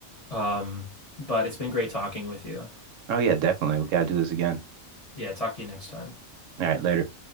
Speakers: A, on the left; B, on the right.
A: Um, but it's been great talking with you.
B: Oh yeah, definitely. We gotta do this again.
A: Yeah, talk to you next time.
B: All right, later.